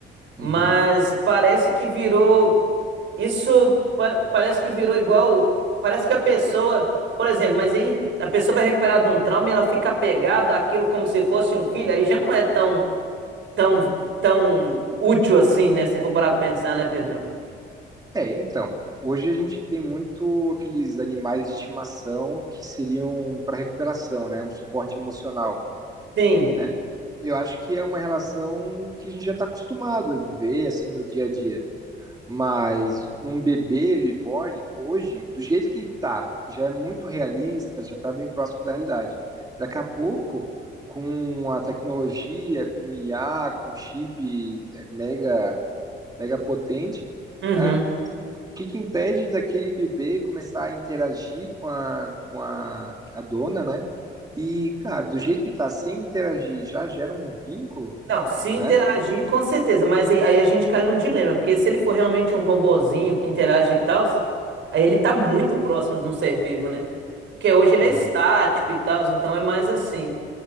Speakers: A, on the right; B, on the right.
A: Mas
B: uhum.
A: parece que virou. Isso par- parece que virou igual. Parece que a pessoa. Por exemplo, mas aí a pessoa vai recuperar de um trauma e ela fica apegada àquilo como se fosse um filho. Aí já não é tão, tão, tão útil assim, né? Se for parar pra pensar, né, Pedrão?
B: É, então. Hoje a gente tem muito aqueles animais de estimação que seriam para recuperação, né? Um suporte emocional,
A: Sim.
B: né? Eu acho que é uma relação que a gente já está acostumado a viver, assim, no dia a dia. Mas um bebê reborn, hoje, do jeito que tá, já é muito realista, já tá bem próximo da realidade. Daqui a pouco, com a tecnologia, com IA, com chip é, mega, mega potente,
A: Uhum.
B: ah, o que que impede daquele bebê começar a interagir com a, com a, a dona, né? E, cara, do jeito que tá, sem interagir, já gera um vínculo,
A: Não, se interagir,
B: né?
A: com certeza, mas aí, aí a gente cai num dilema, porque se ele for realmente um robozinho que interage e tal, aí ele tá muito próximo de um ser vivo, né? Porque hoje ele é
B: Uhum.
A: estático e tal, então é mais assim.